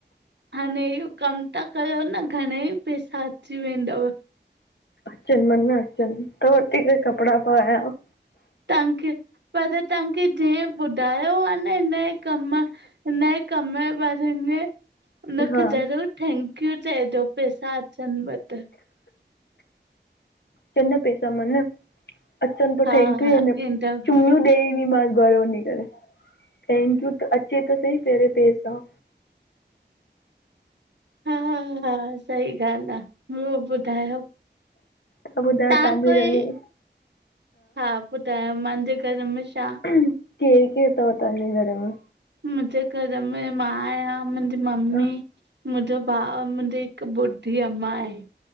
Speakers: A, on the right (about 70°); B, on the left (about 65°).
A: हाणे इहो कमु त कयो न, घणेई पेसा अची वेंदव।
B: अचनि मन अचनि, त वठी करे कपिड़ा पायां।
A: तहांखे, पर तहांखे जेंह ॿुधायो आ न हिनये कमु, हिन कमु जे बारे में, हुनखे
B: हा
A: ज़रूर थैंक थैंक यू चएजो, पैसा अचनिव त।
B: अचन न पैसा मन, अचन पो
A: हा
B: थैंक्यू
A: हा
B: छा
A: ईंदव
B: चुमयूं ॾेई इंदी मांन घरु वञी करे, थैंक्यू त, अचे त सही पहिरें पेसा।
A: हा हा हा, सही ॻाल्हि आ, ॿियो ॿुधायो?
B: तव्हां ॿुधायो
A: तहां
B: तव्हांजे
A: कोई,
B: घर में
A: हा ॿुधायो मंहांजे घर में छा??
B: केरि केरि थव तहांजे घर में?
A: मुंहिंजे घर में मां आहियां मुंहिंजी मम्मी,
B: हा
A: मुंहिंजो भाउ, मुंहिंजी हिकु बुढी अम्मा आहे।